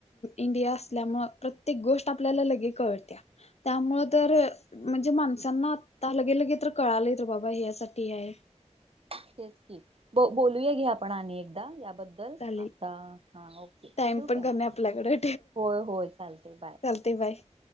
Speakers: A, on the left; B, on the right.
A: इंडिया असल्यामुळ प्रत्येक गोष्ट आपल्याला लगे कळत्या त्यामुळ तर म्हणजे माणसांना आता लगे लगे तर कळालंय तर बाबा हे ह्यासाठी हाय.
B: तेच की, बो बोलू या की आपण आणि एकदा बद - बद्दल,
A: चालेल
B: आता हा ओके
A: टाइम
B: ठेवू काय?
A: पण कमी आपल्याकडे
B: होय होय चालते बाय.
A: ते <unintelligible>